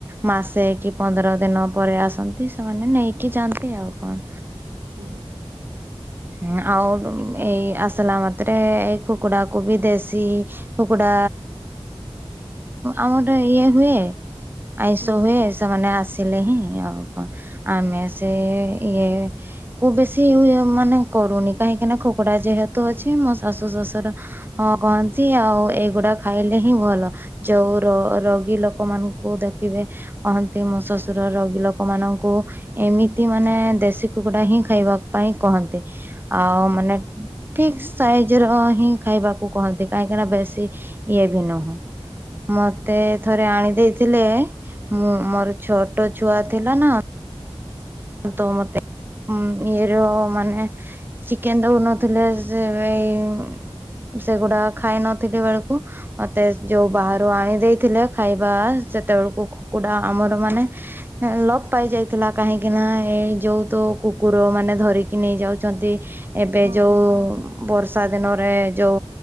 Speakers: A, on the right (about 20°); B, on the right (about 85°).
A: ମାସେ କି ପନ୍ଦର ଦିନ ପରେ ଆସନ୍ତି ସେମାନେ ନେଇକି ଯାଆନ୍ତି। ଆଉ କଣ?
B: ଉ ହୁଁ।
A: ହୁଁ ଆଉ ଉମ୍ ଏଇ ଆସେଲା ମାତ୍ରେ ଏଇ କୁକୁଡାକୁ ବି ଦେଶୀ କୁକୁଡା। ଆମରେ ଇଏ ହୁଏ। ଆଇଁଷ
B: ହୁଁ ହୁଁ
A: ହୁଏ। ସେମାନେ ଆସିଲେ ହିଁ ଆଉ କଣ ଆମେ ସେ ଇଏ କୁ ବେଶୀ ମାନେ କରୁନି କାହିଁକି ନା ଖୁକୁଡା ଯେହେତୁ ଅଛି, ମୋ ଶାଶୁ ଶଶୁର ହଁ କହନ୍ତି ଆଉ ଏଇଗୁଡା ଖାଇଲେ ହିଁ ଭଲ। ଯୋଉ ର-ରୋଗୀ ଲୋକମାନଙ୍କୁ ଦେଖିବେ କହନ୍ତି ମୋ ଶଶୁର ରୋଗୀ ଲୋକ ମାନଙ୍କୁ ଏମିତି ମାନେ ଦେଶୀ କୁକୁଡା ହିଁ ଖାଇବା ପାଇଁ କହନ୍ତି ଆଉ ମାନେ ଠିକ୍ ସାଇଜ୍ ର ହିଁ ଖାଇବାକୁ କହନ୍ତି କାହିଁକିନା ବେଶୀ ଇଏ ବି ନୁହଁ। ମତେ ଥରେ ଆଣି ଦେଇଥିଲେ ମୁଁ ମୋର ଛୋଟ ଛୁଆ ଥିଲା ନା। ତ ମତେ ଇଏର ମାନେ ଚିକେନ ଦଉନଥିଲେ ସେ ଏବେ ଉଁ ସେଗୁଡା ଖାଇନଥିଲି ବେଳକୁ ମତେ ଯୋଉ ବାହାରୁ ଆଣି ଦେଇ ଥିଲେ ଖାଇବା ସେତେବେଳକୁ କୁକୁଡ଼ା ଆମର ମାନେ ଲୋପ ପାଇଯାଇଥିଲା କାହିଁକି କିନା ଏଇ ଯୋଉ ତ କୁକୁର ମାନେ ଧରିକି ନେଇଯାଉଛନ୍ତି ଏବେ
B: ହଁ
A: ଯୋଉଁ
B: ହଁ ହଁ
A: ବର୍ଷା ଦିନରେ ଯଉ